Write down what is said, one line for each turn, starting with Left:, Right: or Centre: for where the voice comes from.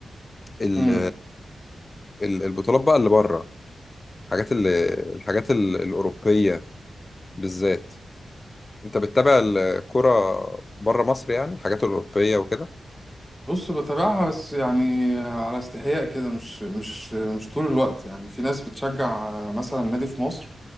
Left: ال-
Centre: امم
Left: ال- البطولات بقى اللي بره الحاجات اللي الحاجات ال- الأوروبية بالذات انت بتتابع الكرة بره مصر يعني الحاجات الأوروبية وكده
Centre: بص بتابعها بس يعني على استحياء كده مش مش مش طول الوقت يعني في ناس بتشجع مثلا نادي في مصر